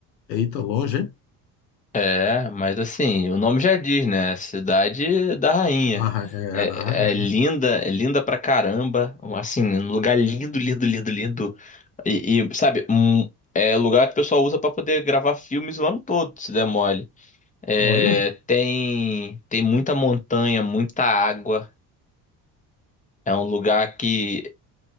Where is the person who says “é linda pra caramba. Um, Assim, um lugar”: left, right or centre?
Left